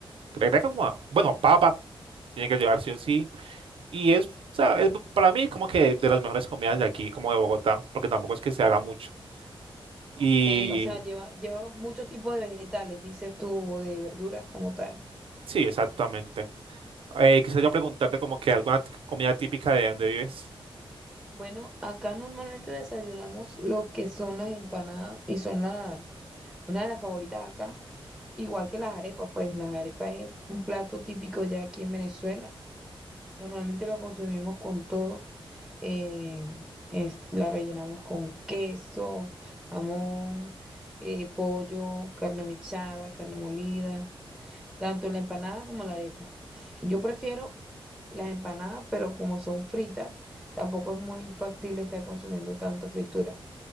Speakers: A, on the right; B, in the centre.
A: Creo que como, bueno, papa, tiene que llevar sí o sí, y es, o sea, es- para mí es como que de las mejores comidas de aquí, como de Bogotá, porque tampoco es que se haga mucho.
B: Ok,
A: Y
B: o sea, lleva, lleva muchos tipos de vegetales, dices tú, o de verduras como tal.
A: sí, exactamente. Eh, quisiera yo preguntarte como que alguna t- comida típica de donde vives.
B: Bueno, acá normalmente desayunamos los que son las empanadas y son la, una de las favoritas acá, igual que las arepas, pues las arepas es un plato típico ya aquí en Venezuela. Normalmente lo consumimos con todo, eh, es- la rellenamos con queso, jamón, eh, pollo, carne mechada, carne molida. tanto la empanada como la arepa. Yo prefiero las empanadas, pero como son fritas, tampoco es muy factible estar consumiendo tanta fritura.